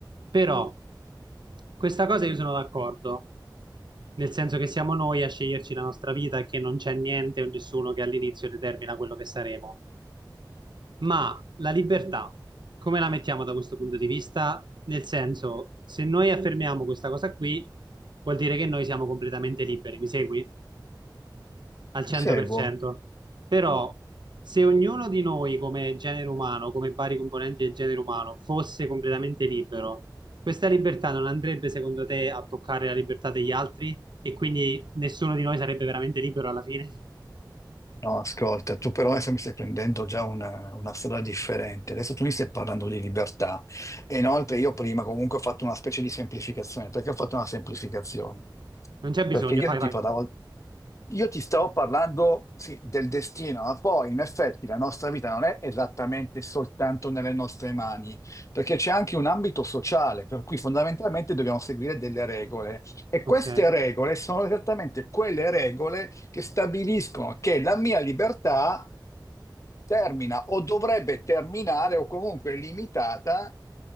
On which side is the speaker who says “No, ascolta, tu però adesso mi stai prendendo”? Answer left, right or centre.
Left